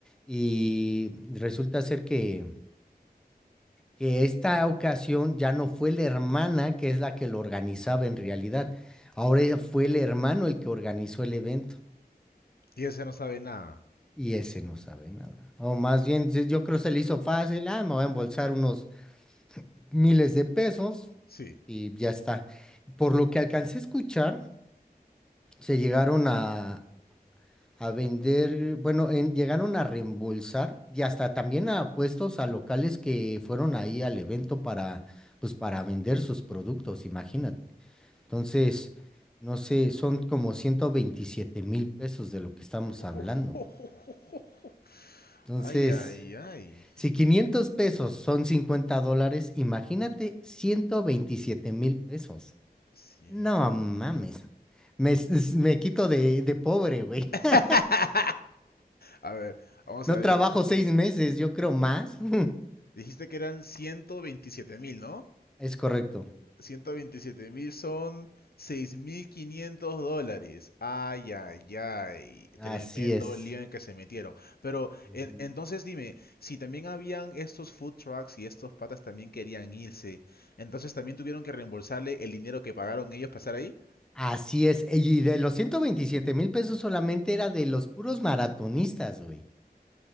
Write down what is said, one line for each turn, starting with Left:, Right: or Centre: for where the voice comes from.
Centre: y resulta ser que que esta ocasión ya no fue la hermana que es la que lo organizaba en realidad. Ahora ya fue el hermano el que organizó el evento
Left: y ese no sabe nada.
Centre: y ese no sabe nada. O más bien, yo yo creo se le hizo fácil, ah, me voy a embolsar unos miles de pesos
Left: Sí.
Centre: y ya está. Por lo que alcancé a escuchar, se llegaron a, a vender, bueno, en- llegaron a reembolsar y hasta también a puestos a locales que fueron ahí al evento para, pues para vender sus productos, imagínate. Entonces, no sé, son como ciento veintisiete mil pesos de lo que estamos
Left: <laughs>
Centre: hablando. Entonces,
Left: Ay, ay, ay.
Centre: si 500 pesos son 50 dólares, imagínate ciento veintisiete mil pesos.
Left: Ciento.
Centre: No mames. Me, s- me quito de, de pobre, güey.
Left: <laughs>
Centre: <laughs>
Left: A ver, vamos
Centre: No
Left: a ver.
Centre: trabajo seis meses, yo creo más. <laughs>
Left: Dijiste que eran 127 mil, ¿no?
Centre: Es correcto.
Left: 127 mil son 6.500 dólares. Ay, ay, ay.
Centre: Así
Left: Tremendo
Centre: es.
Left: lío en el que se metieron. Pero
Centre: Ujú.
Left: en- entonces dime, si también habían estos food trucks y estos patas también querían irse, entonces también tuvieron que reembolsarle el dinero que pagaron ellos para estar ahí.
Centre: Así es. Y de los ciento veintisiete mil pesos solamente era de los puros maratonistas, güey.